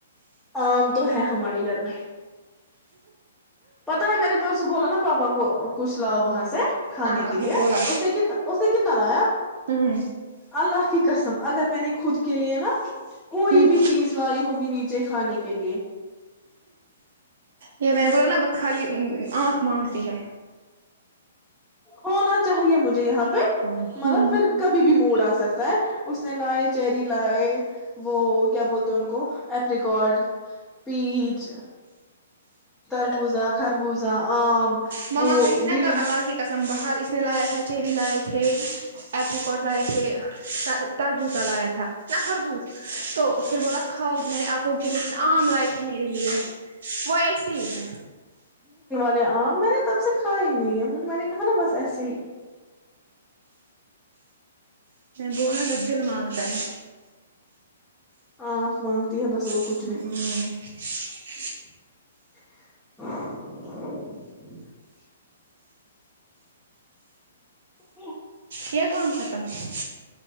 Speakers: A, in the centre; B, on the right (about 65°).
A: آم تو ہے ہمارے گھر میں پتا ہے میرے پرسوں بولا نا پاپا کو کچھ لاؤ وہاں سے کھانے
B: ہاں
A: کے
B: آپ
A: لیے
B: نے بولا
A: اس نے ک اس کتنا لایا
B: ہوں
A: اللہ کی قسم اگر میں نے خود کے لیے نا کوئی
B: ہوں
A: بھی چیز لائی ہوگی نیچے کھانے کے لیے
B: یہ میں نے بلاو نا ب خالی آنکھ مانگتی ہے
A: ہونا چاہیے مجھے یہاں
B: ہاں
A: مطلب پھر کبھی بھی موڈ آ سکتا اس نے لائے چیری لائے وہ کیا بولتے ہیں ان کو ایپریکارڈ پیچ تربوزہ خربوزہ آم
B: ماما
A: وہ
B: گئی تھی نہا
A: گرین
B: کل اللہ کی قسم باہر اس میں لایا تھا چیری لائے تھے ایپریکٹ لائے تھے تربوتا لایا تھا نہ خربوس تو پھر بولا کھاؤ میرے آپ لو کے لیے آم لائے تھے میرے لیے وہ ایسے ہی ہے
A: آ میں نے تب سے کھا ہی نہیں ہے مجھے میں نے کہا نا بس ایسے ہی
B: بولنے بدے ل م مانگتا ہے
A: آکھ مانگتی ہے بس
B: <unintelligible>
A: اور کچھ نہیں <inaudible> <inaudible>
B: یہ کام ختم ہے